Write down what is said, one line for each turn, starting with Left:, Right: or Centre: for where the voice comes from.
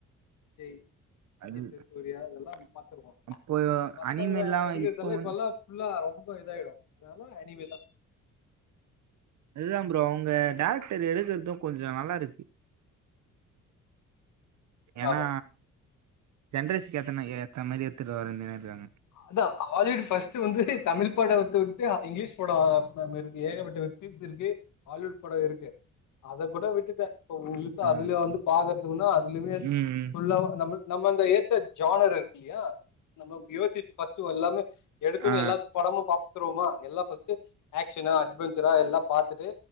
Left: விஜய் அஜித்து
Right: அது
Left: சூரியா இதெல்லா பாத்துருவோ
Right: அப்போ
Left: மத்தவ்ங்க
Right: அனிமேல்லாம்
Left: நடிகர்தெல்லா
Right: இப்போ வந்
Left: இப்பலா ஃபுல்லா ரொம்ப இதாயிடு அதனால அனிமிதா
Right: இல்ல ப்ரோ அவ்ங்க டேரக்டர் எழுதற்து கொஞ்ச நல்லா இருக்கு ஏனா
Left: ஆமா
Right: ஜென்ரேசுக்கு எத்தன ஏத்த மாரி எட்த்துட்டு வருங்குனே இருக்காங்க
Left: அதா ஆல்யுட் ஃபஸ்ட்டு வந்து தமிழ் பட தொட்டு அ இங்லீஷ் பட வரு மறுப்டி ஏகப்பட்ட வெப்சீ சீரிஸ் இருக்கு ஹாலிவுட் பட இருக்கு அத கூட விட்டுட்டே இப்ப உங்களுக்கு
Right: ஆ.
Left: அதுல வந்து பாக்குறதுக்குனா அதுலயுமே
Right: ம்.
Left: ஃபுல்லா நம்மள் நம்ம அந்த ஏத்த ஜானர் இருக்கு இல்லையா நம்ம யோசிப்போ ஃபஸ்ட்டு ஒ எல்லாமே எடுத்தோன்ன
Right: ஆ.
Left: எல்லாத்து படமு பாத்துருவோமா எல்லா ஃபஸ்ட்டு ஆக்ஷனா அட்வெஞ்சரா எல்லா பாத்துட்டு